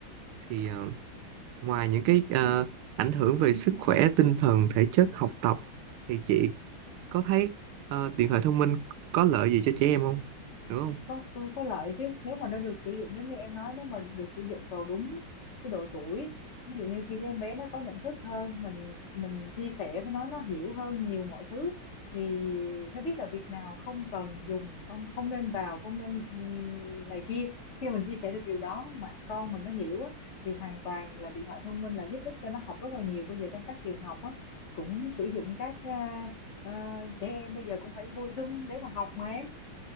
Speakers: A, on the right; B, on the left.
A: thì ờ, ngoài những cái ờ, ảnh hưởng về sức khỏe tinh thần thể chất học tập thì chị có thấy ờ, điện thoại thông minh có lợi gì cho trẻ em không đúng không
B: có, có có lợi chứ nếu mà nó được sử dụng giống như em nói nếu mà được sử dụng vào đúng cái độ tuổi ví dụ như khi cái em bé nó có nhận thức hơn mình mình chia sẻ với nó nó hiểu hơn nhiều mọi thứ thì nó biết là việc nào không cần dùng không không nên vào không nên ừm, này kia khi mà mình chia sẻ được điều đó mà con mình nó hiểu á, thì hoàn toàn là điện thoại thông minh là giúp ích cho nó học rất là nhiều bây giờ trong các trường học á, cũng sử dụng các à, à, trẻ em bây giờ cũng phải vô Zoom để mà học mà em